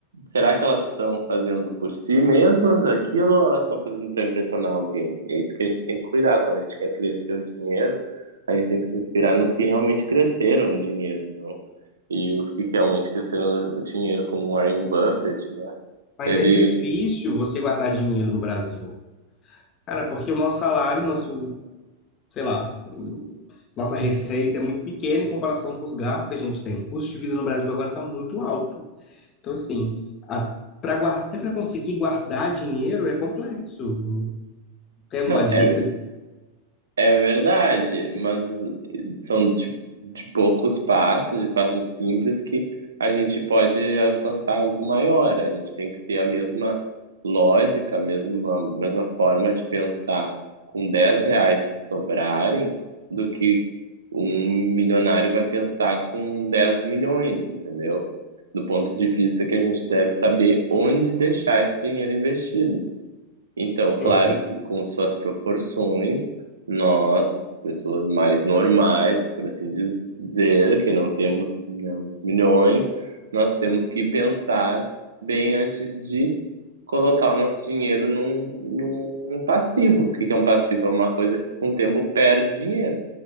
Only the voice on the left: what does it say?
Mas
é difícil você guardar dinheiro no Brasil. Cara, porque o nosso salário, nosso, sei lá, nossa receita é muito pequena em comparação com os gastos que a gente tem. O custo de vida no Brasil agora está muito alto. Então, assim, a, pra guardar, até para conseguir guardar dinheiro é complexo. Tem alguma
dica?
É,